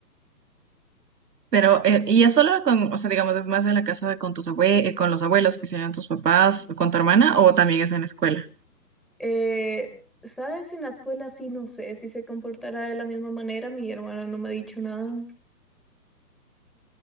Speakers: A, on the right; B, in the centre.
A: Pero, eh, y es solo con, o sea, digamos, es más en la casa de, con tus abue- eh, con los abuelos, que serían tus papás, o con tu hermana, o también es en la escuela.
B: Eh, ¿Sabes? En la escuela sí, no sé si se comportará de la misma manera. Mi hermana no me ha dicho nada.